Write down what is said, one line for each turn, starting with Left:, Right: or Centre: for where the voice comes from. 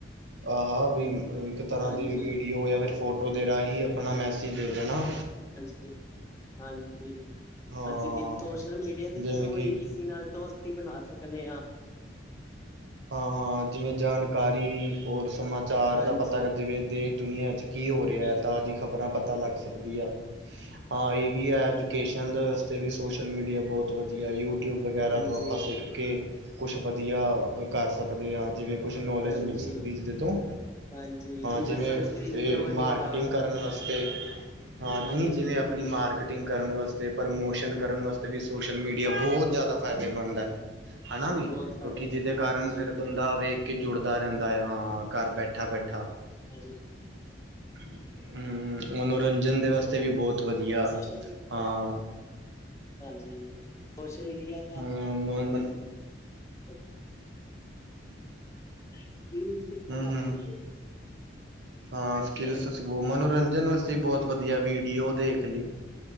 Right: ਆਹ ਵੀ ਇੱਕ
Left: ਨੇ
Right: ਤਰ੍ਹਾਂ
Left: ਹਾਂਜੀ
Right: ਦੀ ਵੀਡੀਓ ਜਾਂ ਫਿਰ ਫੋਟੋ ਦੇ ਰਾਹੀਂ, ਆਪਣਾ ਮੈਸੇਜ ਦੇ ਦੇਣਾ
Left: ਹ ਹਾਂਜੀ ਹਾਂਜੀ
Right: ਹਾਂ
Left: ਅਸੀਂ ਸੋਸ਼ਲ ਮੀਡੀਆ ਦੇ
Right: ਜਿਵੇਂ
Left: ਥਰੂ
Right: ਕਿ
Left: ਹੀ, ਕਿਸੀ ਨਾਲ ਦੋਸ ਕੀ ਬਣਾ ਸਕਨੇ ਆਂ।
Right: ਹਾਂ, ਹਾਂ ਜਿਵੇਂ ਜਾਨਕਾਰੀ ਓਰ ਸਮਾਚਾਰ
Left: ਹਾਂਜੀ,
Right: ਦਾ ਪਤਾ ਕਰ ਜਿਵੇਂ ਦੇ ਦੁਨੀਆਂ ਚ ਕੀ ਹੋ ਰੇਐ,
Left: ਹਾਂਜੀ,
Right: ਤਾਜੀ ਖ਼ਬਰਾਂ ਪਤਾ ਲੱਗ ਸਕਦੀ ਆਂ। ਹਾਂ ਏ ਬੀ ਐ ਐਜੂਕੇਸ਼ਨ ਤੇ ਵੀ ਸੋਸ਼ਲ ਮੀਡੀਆ ਬਹੁਤ ਵਧੀਆ, ਯੂਟਿਊਬ ਵਗੈਰਾ
Left: ਹਾਂਜੀ,
Right: ਤੋਂ ਆਪਾਂ ਸਿੱਖ ਕੇ ਕੁਛ ਵਧੀਆ ਕਰ ਸਕਦੇ ਹਾਂ, ਜਿਵੇਂ ਕੁਛ ਨੌਲੇਜ
Left: ਹਾਂਜੀ।
Right: ਮਿਲ ਸਕਦੀ ਜਿਹਦੇ ਤੋਂ,
Left: ਹਾਂਜੀ ਜਿਦੇ
Right: ਜਿਵੇਂ
Left: ਨਾਲ ਸੰਸਕ੍ਰਿਤੀਆਂ
Right: ਇਹ
Left: ਵਗੈਰਾ
Right: ਮਾਰਕੀਟਿੰਗ ਕਰਨ ਵਾਸਤੇ ਹਾਂ ਜਿਨੀ
Left: ਹਾਂਜੀ,
Right: ਜਿਵੇਂ ਆਪਣੀ ਮਾਰਕੀਟਿੰਗ ਕਰਨ ਵਾਸਤੇ, ਪ੍ਰਮੋਸ਼ਨ ਕਰਨ ਵਾਸਤੇ। ਵੀ ਸੋਸ਼ਲ ਮੀਡੀਆ ਬਹੁਤ
Left: ਹਾਂਜੀ।
Right: ਜ਼ਿਆਦਾ ਫਾਇਦੇਮੰਦ ਹੈ, ਹੈਨਾ ਵੀ,
Left: ਬਹੁਤ ਫਾਇਦੇ
Right: ਕਿਉਂਕਿ ਜਿਹਦੇ ਕਾਰਨ
Left: ਹਾਂਜੀ,
Right: ਫਿਰ ਬੰਦਾ ਵੇਖ ਕੇ ਜੁੜਦਾ ਰਹਿੰਦਾ ਆ, ਹਾਂ ਘਰ ਬੈਠਾ ਬੈਠਾ।
Left: ਹਾਂਜੀ
Right: <unintelligible> ਹੂ, ਮਨੋਰੰਜਨ ਦੇ ਵਾਸਤੇ ਵੀ ਬਹੁਤ ਵਧੀਆ
Left: ਸੋਸ਼ਲ ਮੀਡੀਆ
Right: ਹਾਂ।
Left: ਹਾਂਜੀ, ਸੋਸ਼ਲ ਮੀੜੀਆ
Right: ਹੂੰ <unintelligible>
Left: <unintelligible> ਸੑਕੀਲ ਸਿਖੱਨ
Right: ਹਮ
Left: ਵਾਸਤੇ ਵੀ ਏ।
Right: ਹਾਂ,
Left: ਹਾਂਜੀ
Right: ਸੑਕਿਲਸ ਮਨੋਰੰਜਨ ਵ ਵੂਮਨ ਮਨੋਰੰਜਨ ਬੋਤ ਵਦੀਆ ਵੀੜੀਓ ਦੇਖ ਲੀ।